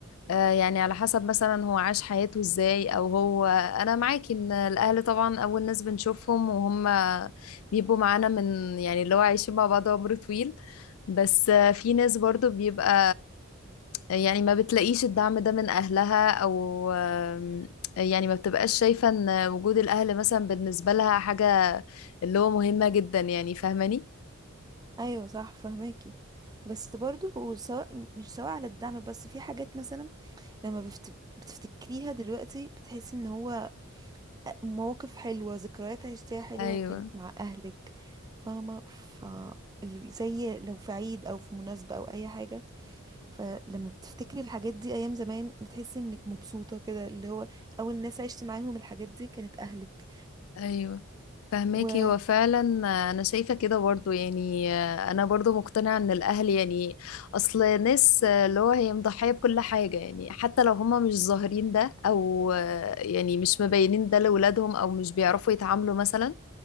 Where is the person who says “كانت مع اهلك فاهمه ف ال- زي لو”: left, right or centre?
Right